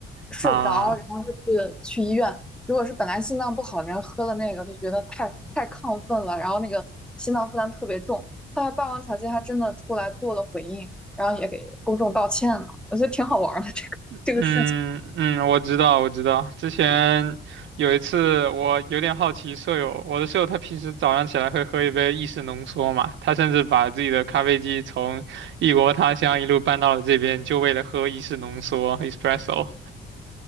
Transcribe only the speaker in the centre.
睡不着，
然后就去去医院。如果是本来心脏不好的人喝了那个，就觉得太太亢奋了，然后那个心脏负担特别重。后来《霸王茶姬》还真的出来做了回应，然后也给公众道歉了，我觉得挺好玩儿的这个。这个事情。